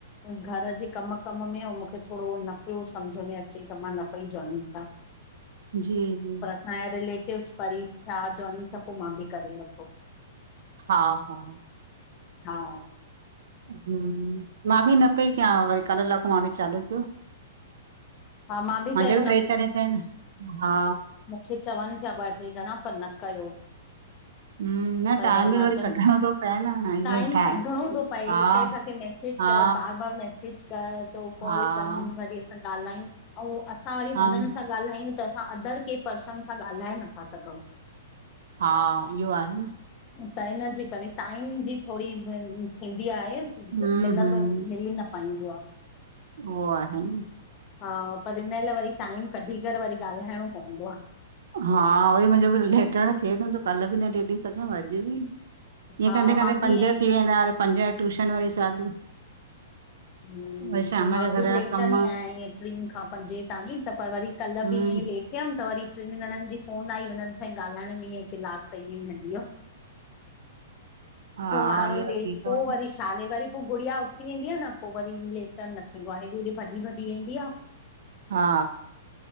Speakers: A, on the left; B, on the right.
A: घर जे कम कम में ऐं मूंखे थोड़ो न -- उो सम्झ में अचे त मां न पई जाइन थियां।
B: जी जी
A: पर असांजा रिलेटिव्स परींय थिया जॉइन त पोइ मां बि करे वरतो।
B: हा हा
A: हा
B: हूँ, मां बि न पई कयां, वरी कल लाको मां बि चालू कयो।
A: हा मां
B: मांजा
A: पहिरियों
B: बि ट्रे चार हिते आहिन, हा
A: मुखे चवनि पिया ॿ ट्रे ॼंणा, पर न कयो।
B: हम्म न
A: पर
B: टाइम
A: वरी
B: बि
A: मां च्युम,
B: कढणो थो पए न ईअं
A: टाईम
B: ठाहे
A: कढिणों तो पए
B: हा
A: हिक- हिक खे मैसेज
B: हा
A: कर बार -बार मैसज सेज कर त हो
B: हा
A: कॉल कन वरी असां ॻाल्हायूं, अंउं असां वरी
B: हम
A: हुननि सां ॻाल्हायूं, त असां अदर केंह पर्सन सां ॻाल्हाए नथा सघंउं।
B: हा इह्यो आहे न
A: त इन्हजे करे, टाईम जी थोड़ी थींदी आहे
B: हम्म
A: मिलंदो,
B: हम्म
A: मिली न पाईंदो आ।
B: उहो, आहे न
A: हा, पर हिन लाए वरी टाइम कढी करे वरी ॻाल्हाइणो पवंदो आ।
B: हा उहोई मुंजो बि लेटण थिए न थो त कल्ह बि न लेटी सघियम अॼु बि इअं
A: हा
B: कंदे -कंदे
A: मां बि
B: पंज
A: ईअं
B: थी वेंदा, अरे पंज ट्य़ुशन वरी चालू
A: हू,
B: वरी शाम
A: हो मां
B: जा घर
A: बि
B: जा
A: लेटंदी
B: कम
A: आहियां, इअं ट्रीं खां पंजे तांणी त पर वरी कल्ह
B: हम्म
A: बि ईअं ई लेट टियमि त वरी टिनि ॼणनि जी फोन आई हुननि सां ई ॻाल्हाइण में ईंअंई किलाक त इंयेंई हली वियो,
B: हा
A: पो माण्हू
B: इहो
A: लेट
B: थी
A: पो
B: थो वञे
A: वरी छ छा ले वरी पो गुड़िया उथी वेंदी आ न पो वरी लेटड़ न थींदो आ, हेॾे- होॾे भॼी -भॼी वेंदी आ
B: हा।